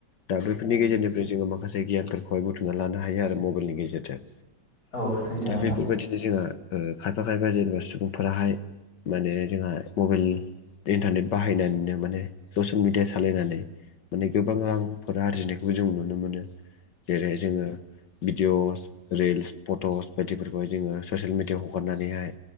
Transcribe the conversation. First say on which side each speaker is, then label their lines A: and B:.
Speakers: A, on the left; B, on the left.
A: दा बैफोरनि
B: औ
A: गेजेरनिफ्राय जोङो माखासे गियानफोरखौहाय बुथुमना लानो हायो आरो मबाइलनि गेजेरजों
B: औ सैथो
A: दा
B: नोंथां
A: बेफोरबायदिनो जोंहा ओ खायफा खायफा जेनेबा सुबुंफोराहाय माने जोंहा मबाइल इन्टारनेट बाहायनानैनो माने ससियेल मिडिया सालायनानै माने गोबां रांफोर आरजिनायखौबो जों नुनो मोनो जेरै जोङो भिदिअस रिल्स फट'स बायदिफोरखौहाय जोङो ससियेल मिडियायाव हगारनानैहाय